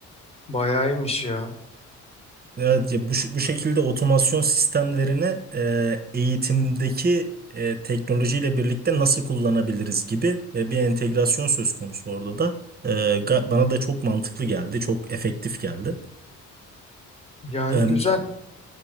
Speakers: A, on the left (about 20°); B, on the right (about 30°).
A: Bayağı iyiymiş ya.
B: Evet, ya bu, ş- bu şekilde otomasyon sistemlerini e, eğitimdeki e, teknolojiyle birlikte nasıl kullanabiliriz gibi e, bir entegrasyon söz konusu orada da. E, ga- bana da çok mantıklı geldi, çok efektif geldi.
A: Yani
B: E,
A: güzel.